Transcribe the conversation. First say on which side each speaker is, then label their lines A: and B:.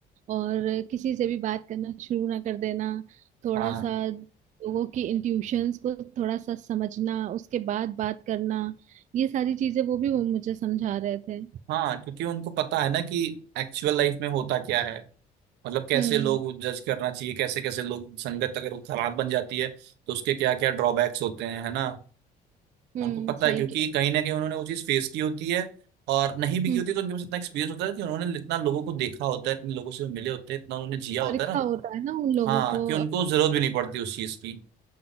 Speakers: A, on the right; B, on the right.
A: और किसी से भी बात करना शुरू ना कर देना थोड़ा
B: हाँ
A: सा लोगों की इंट्यूशंस को थोड़ा सा समझना उसके बाद बात करना ये सारी चीजें वो भी वो मुझे समझा रहे थे
B: हाँ क्योंकि उनको पता है ना कि एक्चुअल लाइफ में होता क्या है मतलब कैसे
A: हम्म
B: लोग जज करना चाहिए कैसे कैसे लोग संगत अगर वो खराब बन जाती है तो उसके क्या क्या ड्रॉबैक्स होते हैं है ना
A: हम्म
B: उनको पता
A: सही
B: है क्योंकि
A: कह
B: कहीं ना कहीं उन्होंने वो चीज फेस की होती है और नहीं भी
A: रहे।
B: की
A: हम्म,
B: होती तो उनके पास इतना एक्सपीरियंस होता है कि उन्होंने इतना लोगों को देखा होता है इतने लोगों से मिले होते हैं इतना उन्होंने जिया
A: परीक्षा
B: होता है ना
A: होता है ना उन लोगों
B: हाँ
A: को
B: कि उनको जरूरत भी नहीं पड़ती उस चीज की